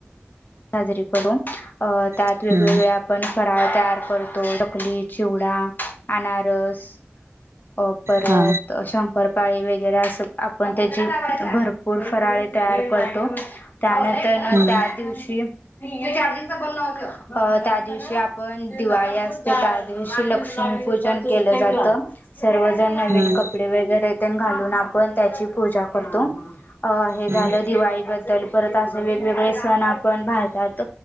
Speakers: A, on the left (about 45°); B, on the right (about 75°).
A: साजरी करून अ त्यात
B: हम्म
A: वेगवेगळे्या आपण फराळ तयार करतो कली चिवडा. अनारस. अ परत
B: हा
A: शंकरपाळी वगैरे असं आपण त्याची भर. पूर फराळे तयार करतो त्यानंतर न
B: हम्म
A: त्या दिवशी. <unintelligible> त्या दिवशी आपण दिवाळी असते त्या. दिवशी लक्ष्मीपूजन केलं जातं. सर्वजण नवीन
B: हम्म
A: कपडे वगैरे ते घालून आपण त्याची पूजा करतो. अ हे
B: हम्म
A: झालं दिवाळीबद्दल परत असे वेगवेगळे सण आपण भारतात.